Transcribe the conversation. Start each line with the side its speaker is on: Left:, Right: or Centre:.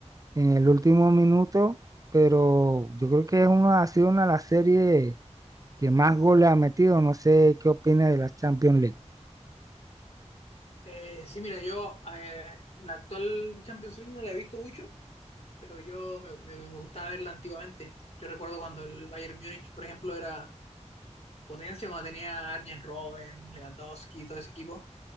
Right: en el último minuto, pero yo creo que es una, ha sido una de las series que más goles ha metido. No sé qué opina de la Champions League.
Left: Eh, sí, mira, yo eh, la actual Champions League no la he visto mucho, pero yo me, me- me gustaba verla antiguamente. Yo recuerdo cuando el Bayern Múnich, por ejemplo, era potencia, cuando tenía a Arjen Robben, Lewandowski, todo ese equipo.